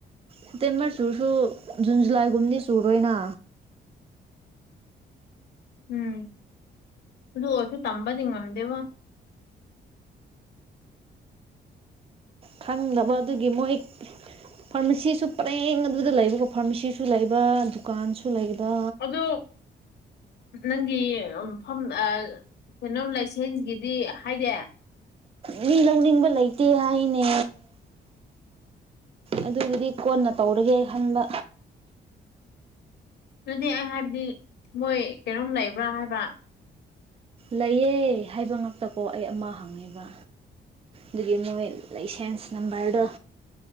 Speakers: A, on the right (about 35°); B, on the left (about 70°).
A: ꯁꯦꯞꯇꯦꯝꯕꯔ ꯆꯨꯔꯁꯨ ꯖꯨꯟ ꯖꯨꯂꯥꯏꯒꯨꯝꯗꯤ ꯆꯨꯔꯣꯏꯅ
B: ꯎꯝ ꯑꯗꯨ ꯑꯣꯏꯔꯁꯨ ꯇꯝꯕꯗꯤ ꯉꯝꯗꯦꯕꯣ
A: ꯈꯪꯅꯕ ꯑꯗꯨꯒꯤ ꯃꯣꯏ ꯐꯥꯔꯃꯥꯁꯤꯁꯨ ꯄꯔꯦꯡ ꯑꯗꯨꯗ ꯂꯩꯕꯀꯣ ꯐꯥꯔꯃꯥꯁꯤꯁꯨ ꯂꯩꯕ ꯗꯨꯀꯥꯟꯁꯨ ꯂꯩꯕ
B: ꯑꯗꯣ ꯅꯪꯒꯤ ꯎꯝ ꯃꯐ ꯑꯥ ꯀꯩꯅꯣꯝ ꯂꯥꯏꯁꯦꯟꯁꯒꯤꯗꯤ ꯍꯥꯏꯗꯦ
A: ꯃꯤ ꯂꯧꯅꯤꯡꯕ ꯂꯩꯇꯦ ꯍꯥꯏꯅꯦ ꯑꯗꯨꯒꯤꯗꯤ ꯀꯣꯟꯅ ꯇꯧꯔꯒꯦ ꯈꯟꯕ
B: ꯑꯗꯨꯗꯤ ꯑꯩ ꯍꯥꯏꯕꯗꯤ ꯃꯣꯏ ꯀꯩꯅꯣꯝ ꯂꯩꯕ꯭ꯔꯥ ꯍꯥꯏꯕ
A: ꯂꯩꯌꯦ ꯍꯥꯏꯕ ꯉꯥꯛꯇꯀꯣ ꯑꯩ ꯑꯃ ꯍꯪꯉꯦꯕ ꯗꯨꯒꯤ ꯃꯣꯏ ꯂꯩꯁꯦꯟꯁ ꯅꯝꯕꯔꯗꯣ